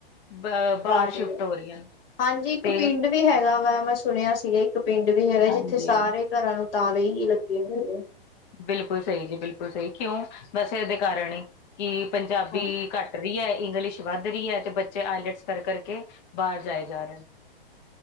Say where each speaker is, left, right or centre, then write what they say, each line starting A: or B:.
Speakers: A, on the left (about 50°); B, on the left (about 70°).
A: ਬ ਬ੍ਹਾਰ
B: ਬਾਹਰ
A: ਸ਼ਿਫਟ
B: ਹੀ ਆ
A: ਹੋ ਰੀਆਨ,
B: ਹਾਂਜੀ ਇੱਕ
A: ਤੇ
B: ਪਿੰਡ ਵੀ ਹੈਗਾ ਵਾ, ਮੈਂ ਸੁਣੇਆ ਸੀਗਾ, ਇੱਕ ਪਿੰਡ ਵੀ ਹੈਗਾ
A: ਹਾਂਜੀ
B: ਜਿੱਥੇ ਸਾਰੇ ਘਰਾਂ ਨੂੰ ਤਾਲੇ ਹੀ ਲੱਗੇ ਹੋਏ ਐ।
A: ਬਿਲਕੁਲ ਸਈ ਜੀ, ਬਿਲਕੁਲ ਸਈ, ਕਿਉਂ ਬਾੱਸ ਐਦੇ ਕਾਰਣ ਈ। ਕਿ ਪੰਜਾਬੀ
B: ਹਾਂ
A: ਘੱਟ ਰੀ ਐ, ਇੰਗਲਿਸ਼ ਵੱਧ ਰੀ ਐ, ਤੇ ਬੱਚੇ ਆਈਲੈਟਸ ਕਰ ਕਰਕੇ ਬ੍ਹਾਰ ਜਾਈ ਜਾ ਰੇਨ।